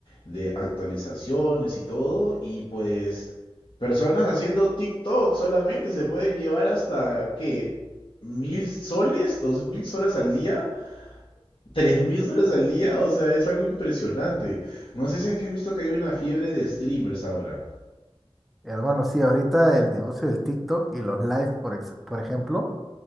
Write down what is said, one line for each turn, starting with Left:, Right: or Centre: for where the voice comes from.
Left: de actualizaciones y todo, y pues personas haciendo TikTok solamente se pueden llevar hasta, ¿qué? ¿Mil soles? ¿Dos mil soles al día? ¿Tres mil soles al día? O sea, es algo impresionante. No sé si es que has visto que hay una fiebre de streamers ahora.
Centre: hermano, sí, ahorita el negocio del TikTok y los live, por, ex- por ejemplo,